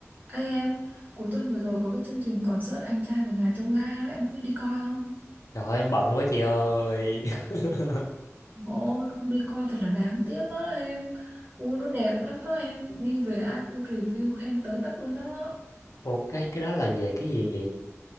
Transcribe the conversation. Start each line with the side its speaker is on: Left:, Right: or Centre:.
Right: Ê em, cuối tuần vừa rồi có cái chương trình concert Anh trai vượt ngàn chông gai đó, em cứ đi coi không?
Left: Trời ơi, em bận quá chị ơi. <laughs>
Right: Ôi, không đi coi thật là đáng tiếc đó em. Ui, nó đẹp lắm đó em, đi về ai cũng review khen tới tấp luôn đó.
Left: Ủa cái cái đó là về cái gì vậy?